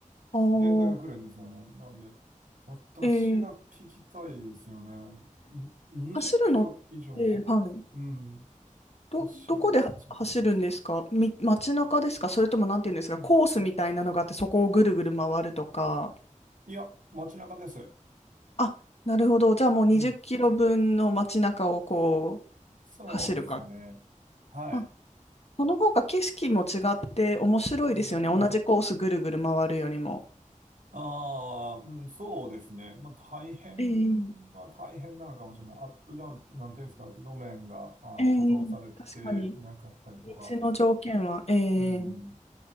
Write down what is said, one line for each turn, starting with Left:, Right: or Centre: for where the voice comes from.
Left: あー
Right: 限界が来るんですよね。なんで、私が聞きたいですよね。
Left: えー
Right: に20キロ以上、
Left: 走るのって、はい。
Right: うん、
Left: ど、
Right: 走る、
Left: どこでは走るんですかみ、
Right: こっちでも。
Left: 街中ですかそれともなんていうんですかコースみたいなのがあってそこをぐるぐる回るとか。
Right: うん。いや、街中です。
Left: あ、なるほど。じゃあもう20キロ分の街中をこう
Right: うん。そうですね。
Left: 走るか。
Right: はい。
Left: まあ、その方が景色も違って面白いですよね。
Right: うんうん
Left: 同じコースぐるぐる回るよりも。
Right: ああ、うん、そうですね。まあ、大変は大変なのかもしれない。
Left: ええ
Right: アップダウン、なんていうんですか、路面が、あー、
Left: ええ確かに。
Right: 舗装されてなかったりとか、
Left: 道の条件は、え
Right: うん、
Left: え